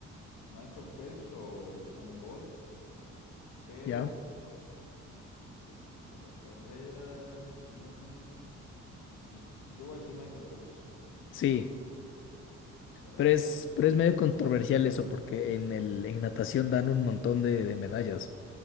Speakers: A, on the left; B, on the left.
A: Michael Phelps o Usain Bolt, pero
B: ¿Ya?
A: Pero pues por la carrera que tiene, pues, yo voy a decir Michael Phelps.
B: Sí,
A: Eso.
B: pero es, pero es medio controversial eso porque en el, en natación dan un montón de, de medallas.